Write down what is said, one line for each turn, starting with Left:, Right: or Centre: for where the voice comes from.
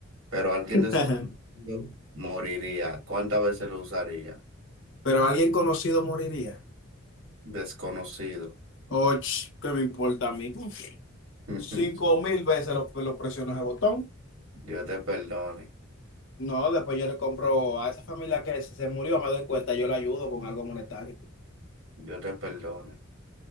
Right: pero alguien
Left: <laughs>
Right: desconocido moriría, ¿cuántas veces lo usaría?
Left: Pero alguien conocido moriría.
Right: Desconocido.
Left: Och, ¿qué me importa a mí? Puf,
Right: <laughs>
Left: Cinco mil veces lo, lo presiono ese botón.
Right: Dios te perdone.
Left: No, después yo le compro a esa familia que se, se murió, me doy cuenta, yo le ayudo con algo monetario.
Right: Dios te perdone.